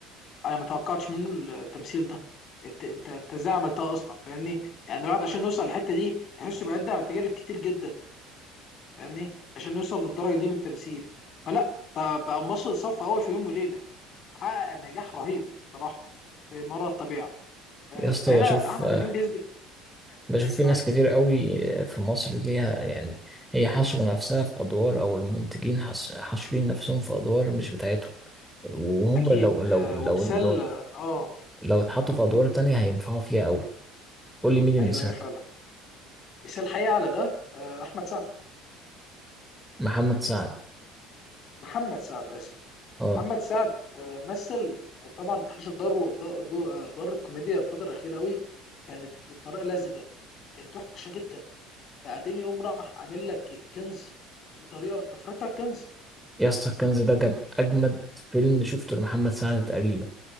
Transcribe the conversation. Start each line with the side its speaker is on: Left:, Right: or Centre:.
Left: انا ما توقعتش منه التمثيل ده انت انت انت ازاي عملتها اصلا فاهمني يعني الواحد عشان يوصل للحته دي تحس بيعدي على تجارب كتير جدا فاهمني عشان يوصل للدرجه دي من التمثيل فلا ب- بقى ممثل صف اول في يوم وليله حقق نجاح رهيب صراحه في مرة الطبيعه آه،
Centre: يا اسطى
Left: فهنا
Centre: بشوف
Left: احمد
Centre: آه،
Left: امين بيثبت
Centre: بشوف في
Left: معاك
Centre: ناس كتير قوي آه، في مصر ليها يعني هي حاشرة نفسها في أدوار أو المنتجين حاس- حاشرين نفسهم في أدوار مش بتاعتهم وهم
Left: اكيد
Centre: لو لو
Left: آه،
Centre: لو
Left: ومثال
Centre: لو
Left: اه
Centre: لو اتحطوا في أدوار تانية هينفعوا فيها قوي قول لي مين المثال
Left: ايوه ايوه فعلا مثال حقيقي على ده آه، احمد سعد
Centre: محمد سعد
Left: محمد سعد اسف
Centre: اه
Left: محمد سعد آه، مثل آه، طبعا حشر داره ود- دو- آه، دور الكوميديا الفترة الأخيرة قوي كانت بطريقة لزجة كانت وحشة جدا بعدين يقوم راح عامل لك الكنز بطريقة أنت اتفرجت على الكنز
Centre: يا اسطى الكنز ده كان أجمد فيلم شفته لمحمد سعد تقريبا